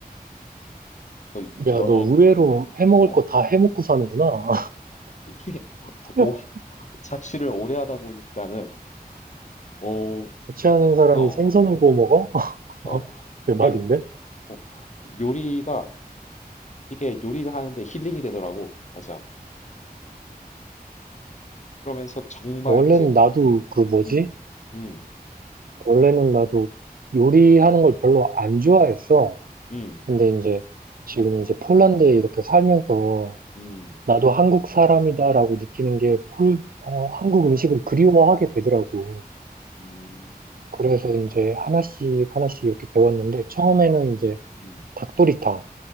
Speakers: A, on the left; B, on the right.
A: 또 이-
B: 야,
A: 연어
B: 너 의외로
A: 어,
B: 해먹을
A: 어
B: 거 다 해먹고 사는구나.
A: 이게 <laughs>
B: <laughs>
A: 오, 자취를 오래 하다 보니까는 오,
B: 같이 하는 사람이
A: 어,
B: 생선을 구워 먹어? <laughs>
A: 어,
B: 대박인데?
A: 그게 어, 요리가 이게 요리를 하는데 힐링이 되더라고. 맞아. 그러면서 정말
B: 원래는
A: 이제
B: 나도
A: 음,
B: 그 뭐지?
A: 음, 음,
B: 원래는 나도 요리하는 걸 별로 안 좋아했어.
A: 음,
B: 근데 이제 지금 이제 폴란드에 이렇게 살면서
A: 음,
B: 나도 한국 사람이다라고 느끼는 게 폴, 어, 한국 음식을 그리워하게 되더라고.
A: 음,
B: 그래서 이제 하나씩 하나씩 이렇게 배웠는데 처음에는 이제
A: 음,
B: 닭도리탕.